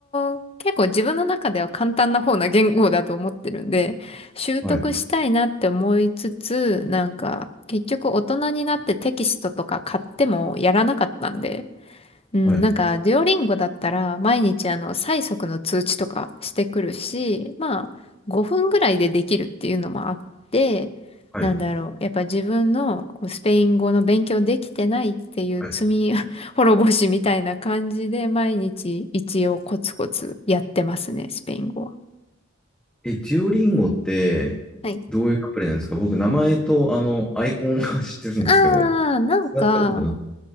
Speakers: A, on the left; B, in the centre.
A: を結構自分の中では簡単な方な言語だと思ってるんで、習得したいなって思いつつ、
B: はい。
A: なんか結局大人になってテキストとか買ってもやらなかったんで、うん、
B: はい。
A: なんか、デュオリンゴだったら、毎日あの、催促の通知とかしてくるし、まあ、5分ぐらいでできるっていうのもあって、
B: はい。
A: なんだろう、やっぱ自分のこうスペイン語の勉強できてないっていう罪
B: はい。
A: <laughs> 滅ぼしみたいな感じで、毎日一応コツコツやってますね、スペイン語は。
B: え、デュオリンゴって、
A: はい。
B: どういうアプリなんですか僕、名前と、あの、アイコンは <laughs> 知ってるんですけど、
A: ああなんか、
B: 使ったことがな